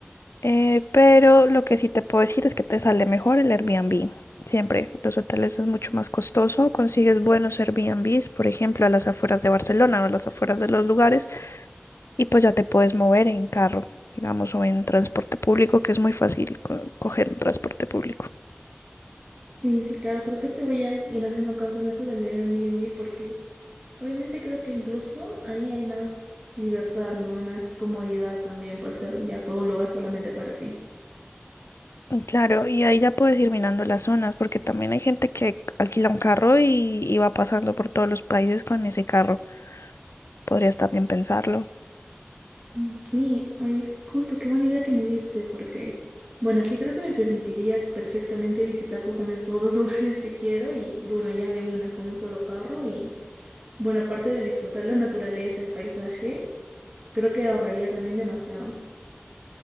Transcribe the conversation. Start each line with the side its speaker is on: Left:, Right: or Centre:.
Left: Eh, pero lo que sí te puedo decir es que te sale mejor el Airbnb. Siempre, los hoteles es mucho más costoso, consigues buenos Airbnbs, por ejemplo, a las afueras de Barcelona o a las afueras de los lugares, y pues ya te puedes mover en carro, digamos, o en transporte público, que es muy fácil co- coger un transporte público.
Right: Sí, sí, claro, creo que te voy a ir haciendo caso en eso del Airbnb porque obviamente creo que incluso ahí hay más libertad, ¿no? Hay más comodidad también por ser ya todo un lugar solamente para ti.
Left: Mm, Claro, y ahí ya puedes ir mirando las zonas, porque también hay gente que alquila un carro y, y va pasando por todos los países con ese carro. Podrías también pensarlo.
Right: Mm, Sí, oye, justo qué buena idea que me diste porque, bueno, sí creo que me permitiría perfectamente visitar justamente todos los <laughs> lugares que quiero y bueno, ya de una, con un solo carro y bueno, aparte de disfrutar la naturaleza, el paisaje, creo que ahorraría también demasiado.